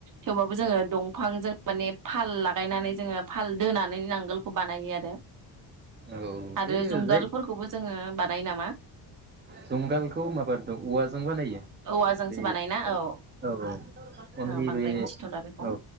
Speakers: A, on the right; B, on the right.
A: थेवबाबो जोङो दंफांजों माने फाल लागायनानै जोङो फाल दोनानै नांगोलखौ बानायो आरो।
B: औ बे
A: आरो जुंगालफोरखौबो
B: जाय
A: जोङो बानायो नामा?
B: जुंगालखौ माबा द औवाजों बानायो
A: औवाजोंसो
B: बे
A: बानायना औ
B: औ औ अनलि
A: औ बांद्राय
B: बे
A: मिथिथ'ला बेखौ
B: औ